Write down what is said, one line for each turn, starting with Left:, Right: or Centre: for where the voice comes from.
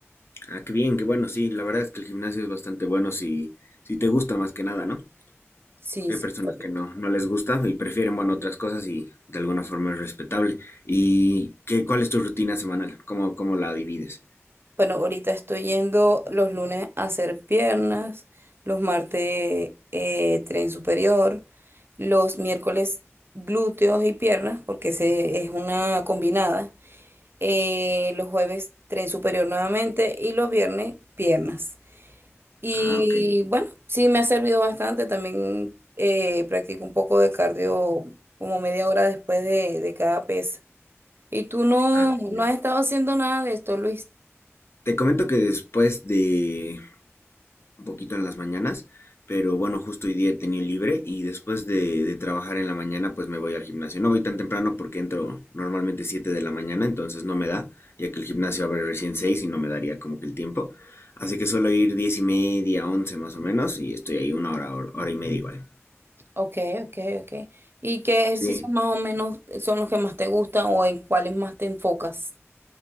Left: Ah, qué bien, qué bueno. Sí, la verdad es que el gimnasio es bastante bueno si, si te gusta más que nada, ¿no?
Right: Sí,
Left: Porque
Right: sí.
Left: hay personas
Right: correcto.
Left: que no, no les gusta y prefieren, bueno, otras cosas y de alguna forma es respetable. ¿Y qué, cuál es tu rutina semanal? ¿Cómo, cómo la divides?
Right: Bueno, ahorita estoy yendo los lunes a hacer piernas, los martes eh, tren superior, los miércoles glúteos y piernas, porque se, es una combinada. eh, los jueves tren superior nuevamente y los viernes piernas. Y
Left: Ah, ok.
Right: bueno, sí me ha servido bastante. También eh, practico un poco de cardio como media hora después de, de cada pesa. Y tú no,
Left: Ah,
Right: no
Left: genial.
Right: has estado haciendo nada de esto, Luis.
Left: Te comento que después de, un poquito en las mañanas, pero bueno, justo hoy día he tenido libre y después de, de trabajar en la mañana pues me voy al gimnasio. No voy tan temprano porque entro normalmente 7 de la mañana, entonces no me da, ya que el gimnasio abre recién 6 y no me daría como que el tiempo. Así que suelo ir 10 y media, 11 más o menos y estoy ahí una hora hora y media igual.
Right: Ok, ok, ok. ¿Y qué ejercicios
Left: Sí,
Right: más o menos son los que más te gustan o en cuáles más te enfocas?